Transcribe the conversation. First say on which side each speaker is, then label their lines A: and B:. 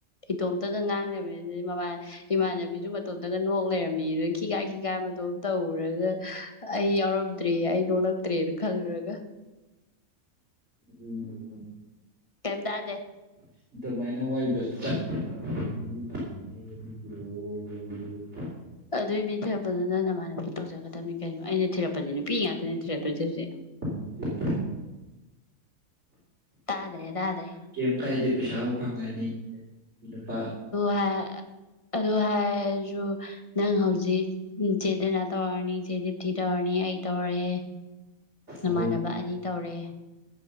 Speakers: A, on the left (about 25°); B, on the right (about 50°).
A: ꯏꯇꯣꯝꯇꯒ ꯉꯥꯡꯂꯩꯔꯝꯃꯦ ꯑꯗꯨꯗꯩ ꯃꯃꯥ ꯏꯃꯥꯟꯅꯕꯤꯁꯨ ꯃꯇꯣꯝꯇꯒ ꯅꯣꯛ ꯂꯩꯔꯝꯃꯦ ꯑꯗꯨꯒ ꯈꯤꯈꯥ ꯈꯤꯈꯥꯒ ꯃꯇꯣꯝ ꯇꯧꯔꯒ ꯑꯩ ꯌꯥꯎꯔꯝꯗ꯭ꯔꯦ ꯑꯩ ꯅꯣꯛꯂꯛꯇ꯭ꯔꯦꯅ ꯈꯜꯂꯨꯔꯒ
B: ꯑꯗꯨꯅꯦ ꯑꯗꯨꯝ
A: ꯀꯦꯝ ꯇꯥꯗꯦ
B: ꯑꯗꯨꯃꯥꯏꯅ ꯋꯥꯔꯤꯗꯣ ꯆꯠꯀꯗꯕ ꯃꯤ ꯄꯥꯝꯃꯦ ꯃꯤ ꯊꯤꯔꯣ ꯂꯧꯒꯦ
A: ꯑꯗꯨꯏ ꯃꯤ ꯊꯤꯔꯛꯄꯗꯨ ꯅꯪ ꯅꯃꯥꯟꯅꯕꯤ ꯇꯧꯖꯒꯗꯕꯅꯤ ꯀꯩꯅꯣ ꯑꯩꯅ ꯊꯤꯔꯛꯄꯁꯦ ꯅꯨꯄꯤ ꯉꯥꯛꯇꯅꯦ ꯊꯤꯔꯛꯇꯣꯏꯁꯦ ꯍꯧꯖꯤꯛ
B: <unintelligible>
A: ꯇꯥꯗ꯭ꯔꯦ ꯇꯥꯗ꯭ꯔꯦ
B: ꯀꯩꯝ ꯀꯥꯏꯗꯦ ꯄꯩꯁꯥ ꯐꯪꯉꯅꯤ ꯅꯨꯄꯥ
A: ꯑꯥ ꯑꯗꯨ ꯍꯥꯏꯔꯁꯨ ꯅꯪ ꯍꯧꯖꯤꯛ ꯆꯦꯗꯩꯅ ꯇꯧꯔꯅꯤ ꯆꯦ ꯗꯤꯞꯇꯤ ꯇꯧꯔꯅꯤ ꯑꯩ ꯇꯧꯔꯦ ꯅꯃꯥꯟꯅꯕ
B: ꯑꯍꯨꯝ
A: ꯑꯅꯤ ꯇꯧꯔꯦ